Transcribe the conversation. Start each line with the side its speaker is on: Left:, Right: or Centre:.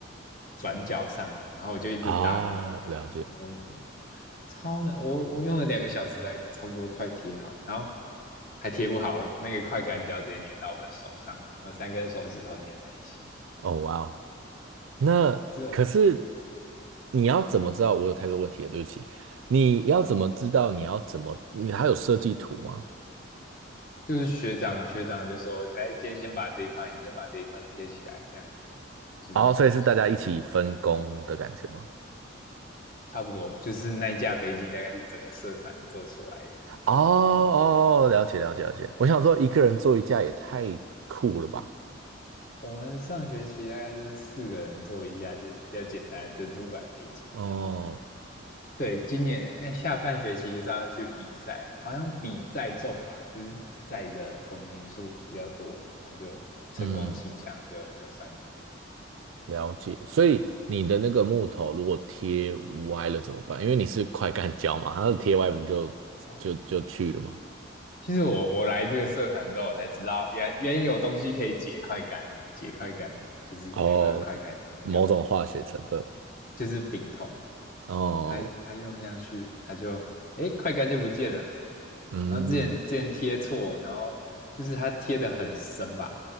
Left: 转角上，然后我就一直打磨，
Right: 哦，
Left: 然磨磨磨，
Right: 了解。
Left: 超难，我我用了两个小时才差不多快贴好，然后还贴不好，那个快干胶直接粘到我的手上，我三根手指头粘在一起，
Right: 哦哇哦，那可是
Left: 之后
Right: 你要怎么知道？我有太多问题了，对不起。你要怎么知道？你要怎么？你还有设计图吗？
Left: 就是学长学长就说，来今天先把这一块，你先把这一块贴起来，这样就是先把
Right: 哦，所以是大家一起分工的感觉吗？
Left: 差不多，就是那一架飞机大概是整个社团做出来的。
Right: 哦哦，哦了解了解了解。我想说，一个人做一架也太酷了吧？
Left: 我们上学期大概就是四个人坐一架，就比较简单的珍珠板飞机。
Right: 哦，
Left: 然后，对，今年哎、下半学期就是要去比赛，好像比载重吧，就是载的公斤数比较多，然后就成功起降，
Right: 嗯，
Left: 就就算有。
Right: 了解。所以你的那个木头如果贴歪了怎么办？因为你是快干胶嘛，它贴歪不就就就去了吗？
Left: 哦，其实我我来这个社团之后，我才知道原原有东西可以解快杆，解快杆就是可以把它快杆用掉。
Right: 哦，某种化学成分嘛。
Left: 就是丙酮，
Right: 哦，
Left: 他他用上去，他就哎快干就不见了。
Right: 嗯，
Left: 然后之前之前贴错，然后就是他贴的很深吧，